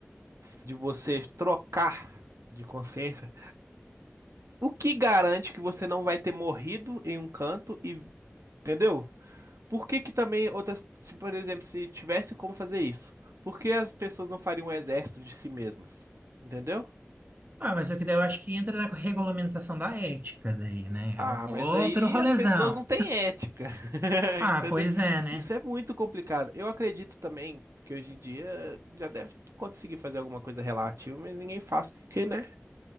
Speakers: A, on the right; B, on the right.
A: de você trocar de consciência. O que garante que você não vai ter morrido em um canto e, entendeu? Por que que também outras, se, por exemplo, se tivesse como fazer isso, por que as pessoas não fariam um exército de si mesmas? Entendeu?
B: Ah, mas é que daí eu acho que entra na regulamentação da ética daí, né?
A: Ah,
B: É um outro
A: mas aí
B: rolezão.
A: as pessoas não têm ética, <laughs>
B: Ah,
A: entendeu?
B: pois é, né?
A: Isso é muito complicado. Eu acredito também que hoje em dia já deve conseguir fazer alguma coisa relativa, mas ninguém faz porque, né?